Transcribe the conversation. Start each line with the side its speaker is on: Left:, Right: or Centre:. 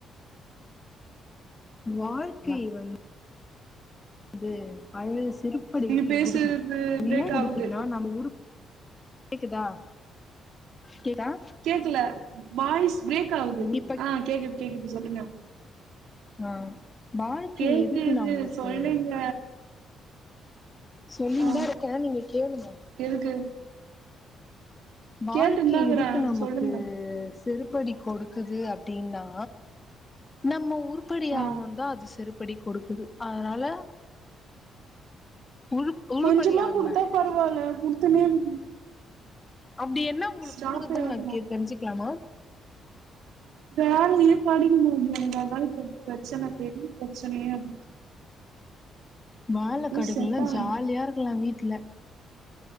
Left: வாழ்க்கை வந் து பழைய செருப்படிக்கு
Right: நீங்க பேசுறது
Left: குடுக்கு அது
Right: பிரேக்
Left: ஏ குடுக்குதுனா
Right: ஆகுது
Left: நம்ம உருப் கேக்குதா கேக்குதா
Right: கேக்கல வாய்ஸ் பிரேக் ஆகுது
Left: இப்ப
Right: அ கேக்குது கேக்குது சொல்லுங்க
Left: அ வாழ்க்கை
Right: கேக்குது
Left: எதுக்கு நம்மளுக்கு
Right: சொல்லுங்க
Left: சொல்லிந்தா
Right: ஆ
Left: இருக்கே நீங்க கேளுங்க
Right: எதுக்கு
Left: வாழ்க்கை
Right: கேட்டுன்தாக்குறே
Left: எதுக்கு நமக்கு
Right: சொல்லுங்க
Left: செருப்படி கொடுக்குது அப்டின்னா நம்ம உருப்படி
Right: ஆ
Left: ஆகணுன்தா அது செருப் படி கொடுக்குது அதனால உழு உழுப்படி
Right: கொஞ்சமா
Left: ஆகுங்க
Right: குடுத்தா பரவால்ல குடுத்துனே இருக்குது
Left: அப்டி என்ன உங்ளுக்கு
Right: ஸ்டாப்பே
Left: குடுக்குதுன்
Right: ஆக
Left: நா
Right: மாட்டே
Left: கேக்குறே தெரிஞ்சிக்லாமா
Right: வேல்யே கெடக் மாட்து எனக்கு அதாங் இப்ப பிரச்சன பெரிய பிரச்சனயே அதா
Left: வேல
Right: எதுவு
Left: கடைகல்நவாஸ்
Right: செட் ஆகல
Left: ஜால்யா இருக்லா வீட்ல